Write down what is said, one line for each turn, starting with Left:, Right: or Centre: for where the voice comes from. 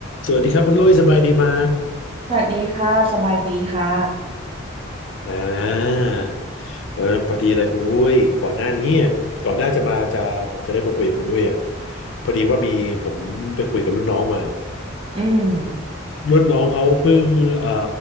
Left: สวัสดีครับคุณอุ้ยสบายดีไหม
Right: สวัสดีค่ะ สบายดีค่ะ
Left: อ่าเออพอดีเลยคุณอุ้ยก่อนหน้านี้ก่อนหน้าจะมาจะผมจะได้มาคุยกับคุณอุ้ยอ่ะพอดีว่ามีผมไปคุยกับรุ่นน้องมา
Right: อืม
Left: รุ่นน้องเขาเพิ่งเอ่